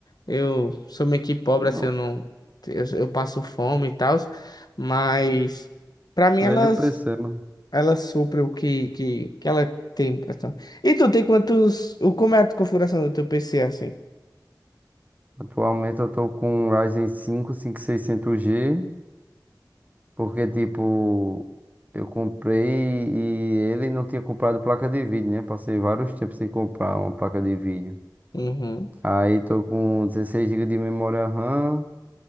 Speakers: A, on the left (about 65°); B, on the right (about 20°).
A: Eu sou meio que pobre,
B: Não.
A: assim, eu não. Eu, eu passo fome e tal. Mas, pra mim,
B: Vende
A: elas.
B: o PC, mano.
A: Ela sopra o que, que, que ela tem pra tá. E tu tem quantos. O, como é a configuração do teu PC assim?
B: Atualmente eu tô com um Ryzen 5 5600G, porque, tipo, eu comprei e ele não tinha comprado placa de vídeo, né? Passei vários tempos sem comprar uma placa de vídeo.
A: Uhum.
B: Aí tô com 16 GB de memória RAM,